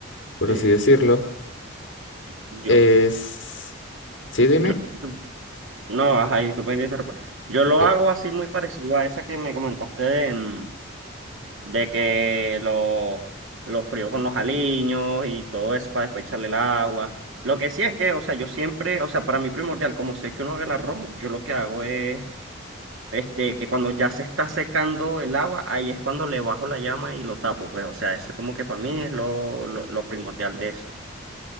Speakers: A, on the left (about 70°); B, on the right (about 85°).
A: por
B: Sí,
A: así decirlo,
B: yo.
A: es... ¿Sí, dime?
B: <clears throat> No, ajá, disculpa que te interrumpa. Yo lo
A: Oh,
B: hago así muy parecido a esa que me comentaste de, mm, de que lo, lo frío con los aliños y todo eso para después echarle el agua. Lo que sí es que, o sea, yo siempre, o sea, para mí primordial, como sé que uno haga el arroz, yo lo que hago es, este, que cuando ya se está secando el agua, ahí es cuando le bajo la llama y lo tapo, pues, o sea, eso como que para mí es lo, lo, lo primordial de eso.